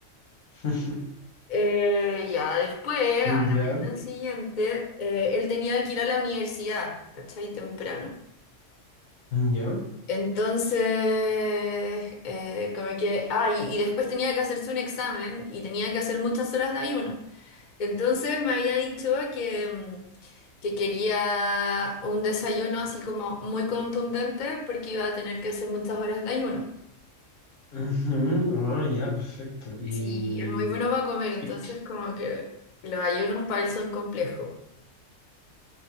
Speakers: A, on the left; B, on the left.
A: <laughs>
B: Eh, ya, después, a
A: ¿Ya?
B: la mañana siguiente, eh, él tenía que ir a la universidad, ¿cachai? Temprano.
A: ¿Ya?
B: Entonces, eh, como que, ah, y, y después tenía que hacerse un examen y tenía que hacer muchas horas de ayuno. Entonces me había dicho que, mm, que quería un desayuno así como muy contundente porque iba a tener que hacer muchas horas de ayuno.
A: Ujú, Ah, ya, perfecto. Y...
B: Sí, es muy bueno para comer, entonces
A: y-
B: como que los ayunos para él son complejos.